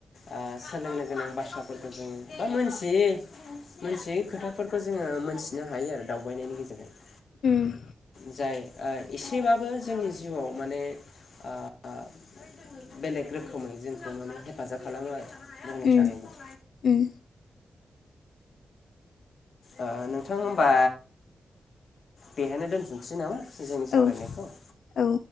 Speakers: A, on the left; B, on the left.
A: ओ सोलोंनो गोनां बाथ्राफोरखौ जोङो बा मिथियै मोनथियै खोथाफोरखौ जोङो मोनथिनो हायो आरो दावबायनायनि गेजेरजों
B: ओम
A: जाय एसेबाबो जोंनि जिउआव माने आ बेलेग रोखोमै जोंखौ माने हेफाजाब खालामो आरो बुंनो
B: उम
A: थाङोब्ला
B: उम
A: ओ नोंथां होनबा बेहायनो दोनथ'सै नामा जोंनि सावरायनायखौ
B: औ औ